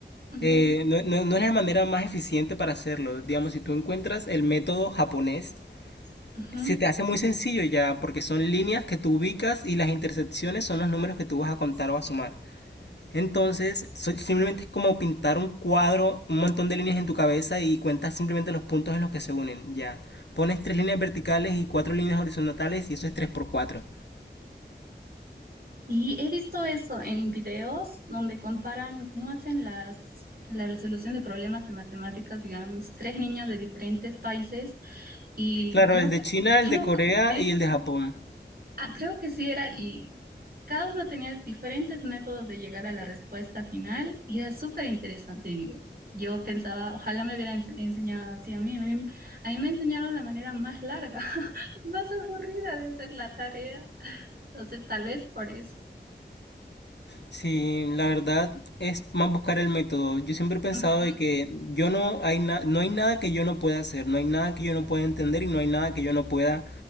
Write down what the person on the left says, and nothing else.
eh, no, no- no es la manera más eficiente para hacerlo. Digamos, si tú encuentras el método japonés
se te hace muy sencillo ya, porque son líneas que tú ubicas y las intersecciones son los números que tú vas a contar o a sumar. Entonces, so- simplemente es como pintar un cuadro, un montón de líneas en tu cabeza y cuentas simplemente los puntos en los que se unen, ya. Pones tres líneas verticales y cuatro líneas horizontales y eso es 3 por cuatro
Claro,
el de
China,
el de Corea
y el de Japón.
Sí, la verdad es más buscar el método. Yo siempre he pensado
de que yo no hay na- no hay nada que yo no pueda hacer, no hay nada que yo no pueda entender y no hay nada que yo no pueda